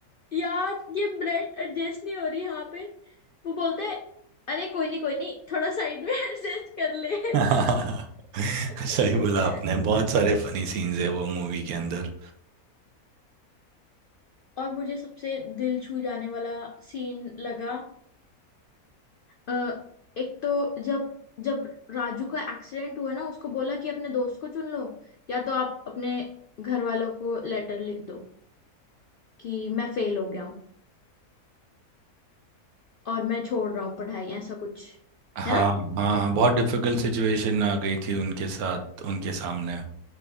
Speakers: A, on the left; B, on the right.
A: यार ये ब्रेड एडजस्ट नहीं हो रही यहाँ पे वो बोलते हैं अरे कोई नहीं कोई नहीं थोड़ा साइड में <laughs> एडजस्ट कर ले
B: <laughs>
A: <laughs>
B: सही बोला आपने बहुत सारे फनी सीन्स है वो मूवी के अंदर
A: और मुझे सबसे दिल छू जाने वाला सीन लगा अ, एक तो जब जब राजू का एक्सीडेंट हुआ ना उसको बोला कि अपने दोस्त को चुन लो या तो आप अपने घर वालों को लेटर लिख दो कि मैं फेल हो गया हूँ और मैं छोड़ रहा हूँ पढ़ाई ऐसा कुछ
B: हाँ
A: है ना
B: हाँ हाँ, बहुत डिफिकल्ट सिचुएशन आ गई थी उनके साथ उनके सामने